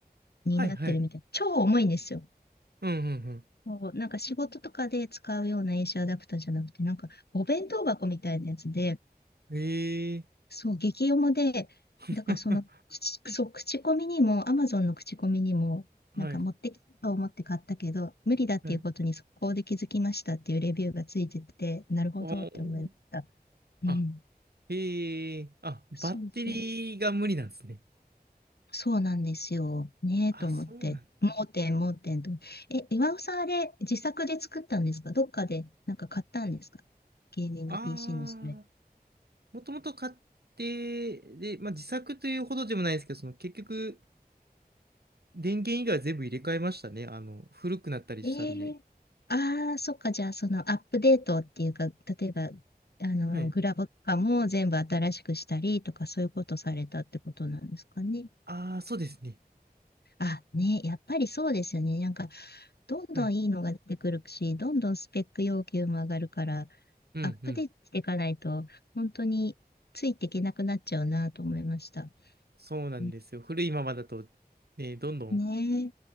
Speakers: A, on the left (about 85°); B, on the right (about 80°).
A: になってるみたい。
B: はい、はい。
A: 超重いんですよ。
B: うん、うん、
A: こうなんか仕事とかで使うような AC アダプターじゃなくて、なんかお弁当箱みたいなやつで、
B: うん。ええー。
A: そう、激読もで、
B: <laughs>
A: だからその、口そう、口コミにも、アマゾンの口コミにも、
B: はい。
A: なんか持ってきたと思って買ったけど、無理だっていうことに速攻で気づきましたっていうレビューがついてて、
B: はい。
A: なるほどって思いました。
B: おー。
A: うん。
B: あ、ええー。あ、バッテリーが無理なんですね。
A: そうそう。そうなんですよ。ねえと思って。
B: あ、そうなん
A: 盲点、盲点と。え、岩尾さんあれ、自作で作ったんですかどっかでなんか買ったんですかゲーミング
B: ああ
A: PC のそれ。
B: もともと買って、で、まあ、自作というほどでもないですけど、その結局、電源以外は全部入れ替えましたね。あの、古くなったりしたんで。
A: ええああー、そっか。じゃあ、そのアップデートっていうか、例えば、あの、
B: はい。
A: グラボとかも全部新しくしたりとか、そういうことされたってことなんですかね。
B: ああ、そうですね。
A: あ、ね、やっぱりそうですよね。なんか、どんどんいいのが出てくるし、
B: はい。
A: どんどんスペック要求も上がるから、
B: うんうん。
A: アップデートしていかないと、本当についていけなくなっちゃうなと思いました。
B: そうなんですよ。
A: うん
B: 古いままだと、ね、どんどん
A: ね